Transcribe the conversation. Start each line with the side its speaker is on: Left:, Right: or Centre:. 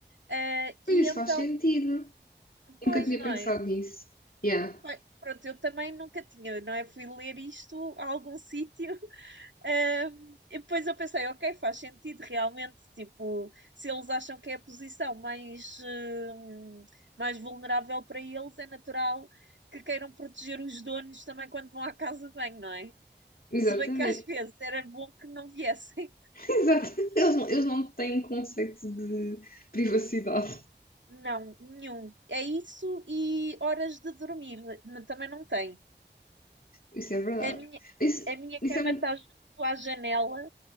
Right: Eh,
Left: Pois
Right: e
Left: isso
Right: então,
Left: faz sentido.
Right: pois,
Left: Nunca tinha
Right: não
Left: pensado
Right: é?
Left: nisso. Yeah.
Right: Bem, pronto, eu também nunca tinha, não é? Fui ler isto a algum <laughs> sítio Ahm, e depois eu pensei, ok, faz sentido realmente, tipo, se eles acham que é a posição mais, hum, mais vulnerável para eles, é natural que queiram proteger os donos também quando vão à casa de banho, não é?
Left: Exatamente.
Right: Se bem que às vezes era bom que não viessem. <laughs>
Left: <laughs> Exato. Eles não, eles não têm conceito de privacidade.
Right: Não, nenhum. É isso e horas de dormir, n- também não tem.
Left: Isso é verdade.
Right: A minha,
Left: Isso,
Right: a minha
Left: isso
Right: cama
Left: é... um-
Right: está junto à janela